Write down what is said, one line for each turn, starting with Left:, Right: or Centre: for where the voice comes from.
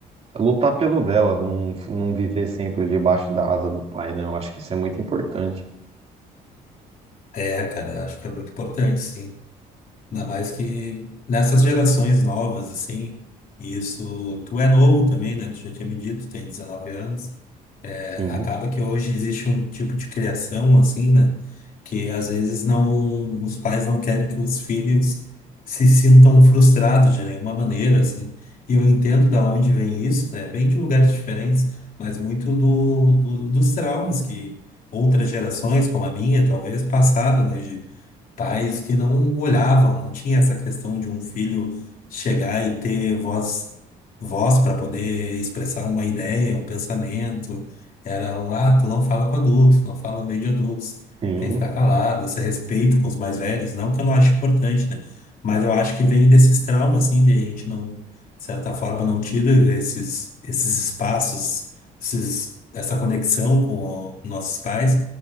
Right: lutar pelo dela, não, não viver sempre debaixo da asa do pai, né? Eu acho que isso é muito importante.
Left: É, cara, eu acho que é muito importante, sim. Ainda mais que nessas gerações novas, assim, e isso, tu é novo também, né? Tu já tinha me dito, tu tem 19 anos. É,
Right: Sim,
Left: acaba que hoje existe um tipo de criação, assim, né? Que às vezes não, os pais não querem que os filhos se sintam frustrados de nenhuma maneira, assim. E eu entendo da onde vem isso, né? Vem de lugares diferentes, mas muito do, do- dos traumas que outras gerações, como a minha, talvez, passaram, né? pais que não olhavam, não tinha essa questão de um filho chegar e ter voz, voz para poder expressar uma ideia, um pensamento. Era um, ah, tu não fala com adultos, não fala no meio de adultos,
Right: sim.
Left: tem que ficar calado, esse respeito com os mais velhos, não que eu não acho importante, né? Mas eu acho que vem desses traumas, assim, de a gente não, de certa forma, não tira esses, esses espaços, esses, essa conexão com o- nossos pais.